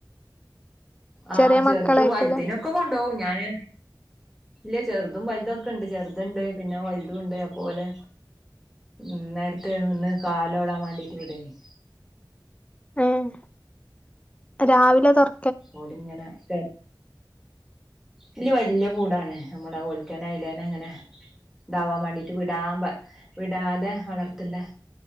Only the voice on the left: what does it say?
ചെറിയ
മക്കളായിക്കൂലേ
ഏഹ് രാവിലെ തൊറ